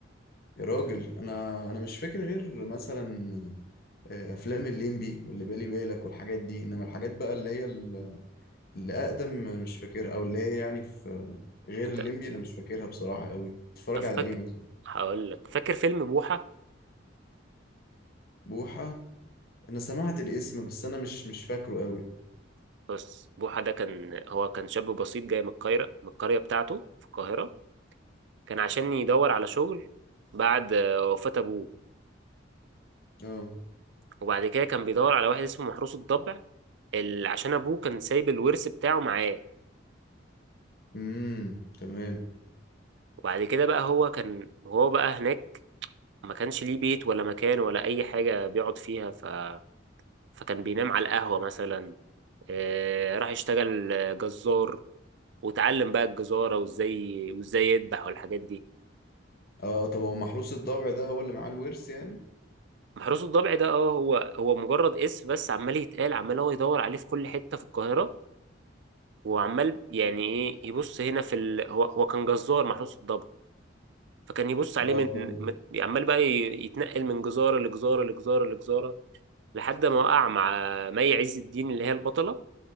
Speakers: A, on the left; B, on the right.
A: يا راجل انا انا مش فاكر غير مثلا آه، افلام الليمبي واللي بالي بالك والحاجات دي انما الحاجات بقى اللي هي ال- اللي اقدم أنا مش فاكرها او اللي هي يعني في غير
B: انت
A: الليمبي انا مش فاكرها بصراحه قوي تتفرج
B: طب فاكر
A: على ايه مثلا
B: هقول لك فاكر فيلم بوحه
A: بوحه انا سمعت الاسم بس انا مش مش فاكره قوي
B: بص بوحه ده كان هو كان شاب بسيط جاي من القاهره من القريه بتاعته في القاهره كان عشان يدور على شغل بعد آه، وفاه ابوه
A: اه
B: وبعد كده كان بيدور على واحد اسمه محروس الضبع ال- عشان ابوه كان سايب الورث بتاعه معاه
A: امم تمام
B: وبعد كده بقى هو كان هو بقى هناك ما كانش ليه بيت ولا مكان ولا اي حاجه بيقعد فيها ف... فكان بينام على القهوه مثلا آه، راح يشتغل جزار وتعلم بقى الجزاره وازاي وازاي يذبح والحاجات دي
A: اه طب هو محروس الضبع ده هو اللي معاه الورث يعني
B: محروس الضبع ده اه هو هو مجرد اسم بس عمال يتقال عمال هو يدور عليه في كل حته في القاهره وعمال يعني ايه يبص هنا في ال... هو هو كان جزار محروس الضبع فكان يبص عليه
A: اه
B: من
A: طيب
B: من- عمال بقى ي- يتنقل من جزاره لجزاره لجزاره لجزاره لحد ما وقع مع مي عز الدين اللي هي البطله